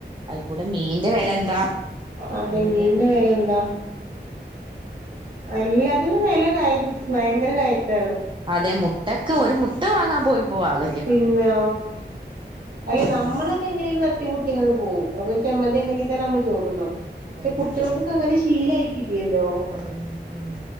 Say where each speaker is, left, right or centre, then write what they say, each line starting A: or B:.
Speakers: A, on the right (about 25°); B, on the right (about 55°).
A: അതിക്കൂടെ മീന്റെ വില എന്താ?
B: അതെ
A: നല്ല
B: മീന്റെ
A: വെലെ
B: വെല എന്താ എല്ലാത്തിനും വില ക ഭയങ്കര കയറ്റാണ്
A: അതെ മുട്ടക്ക് ഒരു മുട്ട വാങ്ങാൻ പോലും പ്പോ വാക
B: പിന്നോ, അല്ലെ
A: ഉം
B: നമ്മളൊക്കെ എങ്ങനെലും തട്ടിമുട്ടി അങ്ങട് പോകും നമുക്കൊരു ചമ്മന്തി
A: അതെ
B: ഉണ്ടെങ്കിൽ തന്നെ നമ്മൾ ചോറ്ന്നും.
A: അതന്നെ
B: പക്ഷെ കുട്ടികൾക്കൊക്കെ
A: അതന്നെ
B: അങ്ങനെ ശീലയിട്ടില്ലല്ലോ.
A: അതന്നെ ഉം